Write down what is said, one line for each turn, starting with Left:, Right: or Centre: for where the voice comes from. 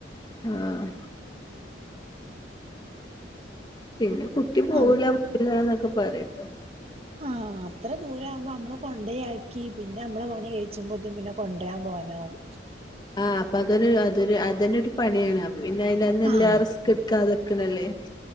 Left: ആഹ് പിന്നെ കുട്ടി പോവൂല
Right: അം
Left: പോണില്ല ന്നൊക്കെ പറയുട്ടൊ.
Right: ആഹ് അത്ര ദൂര ആകുമ്പോ നമ്മള് കൊണ്ടയാക്കി പിന്നെമ്മള പണി കഴിച്ചുമ്പത്തിന് പിന്നെ കൊണ്ടരാൻ പോവാനാവും.
Left: ആഹ് അപ്പൊ അതൊരു അതൊരു അതെന്നാരു പണിയാണ്. പിന്നെ അയിലന്നല്ലാ
Right: ആഹ്
Left: റിസ്കെ ട്ക്കാതക്ക്ണല്ലേ